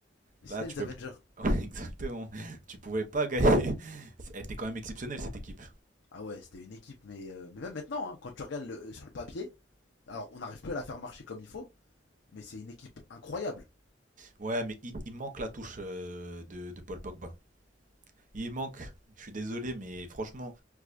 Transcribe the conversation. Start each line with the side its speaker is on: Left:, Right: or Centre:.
Left: Mais
Right: Là,
Left: c'était
Right: tu
Left: les
Right: peux
Left: Avengers.
Right: pas. <laughs> Ouais, Exactement. Tu pouvais pas gagner. <laughs> Elle était quand même exceptionnelle cette équipe.
Left: Ah ouais, c'était une équipe, mais, euh, mais même maintenant, hein, quand tu regardes le- euh, sur le papier, alors on n'arrive plus à la faire marcher comme il faut, mais c'est une équipe incroyable.
Right: Ouais, mais il, il manque la touche euh, de, de Paul Pogba. Il manque. Je suis désolé, mais franchement,